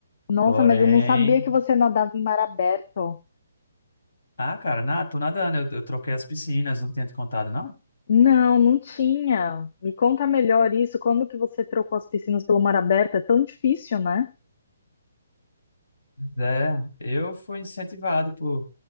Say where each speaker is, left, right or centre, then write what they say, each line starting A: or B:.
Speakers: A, on the left; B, on the left.
A: Nossa,
B: Porém.
A: mas eu não sabia que você nadava em mar aberto.
B: Ah, cara, na, tô nadando, eu, eu troquei as piscinas, não tinha te contado, não?
A: Não, não tinha. Me conta melhor isso, quando que você trocou as piscinas pelo mar aberto? É tão difícil, né?
B: É, eu fui incentivado por